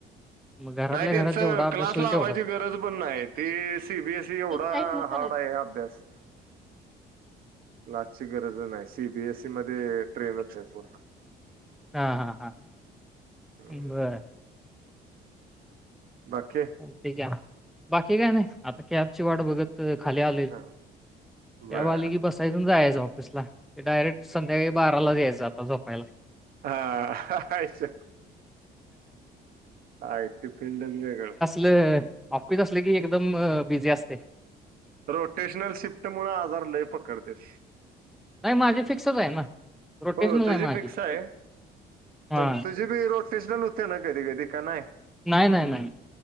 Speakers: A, in the centre; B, on the right (about 60°).
A: मग घरातल्या
B: नाही त्यांच
A: घरात जेवढा अभ्यास
B: क्लास
A: होईल
B: लावायची
A: तेवढाच
B: गरज पण नाही ती सीबी एसई एवढा
A: एक साईड चालेल
B: हार्ड आहे अभ्यास. लास्टची गरज नाही सी बीएसई मध्ये ट्रेनच आहे पूर्ण
A: हा हा हा
B: हम्म.
A: बरं.
B: बाकी.
A: ठीक आहे बाकी काय नाही आता कॅबची वाट बघत. खाली आ
B: हा. बर
A: स्वली की बसाय जायच ऑफिसला डायरेक्ट संध्याकाळी बाराला जा्यायचं आता जपायला.
B: हा अय. य ट फील्ड अंग व का?
A: आपकीच असले की एकदम बिझी असते.
B: रोटेशनल शिफ्ट मु आजार लय पकडते.
A: नाही माझी फिक्सच आहे ना. रोटेशनल
B: हो तुझी
A: आहे माझी
B: फिक्स आहे
A: हा
B: पण तुझ? तजे बी रोड स्टेशन होते ना कधी कधी का नाही.
A: नाही नाही नाही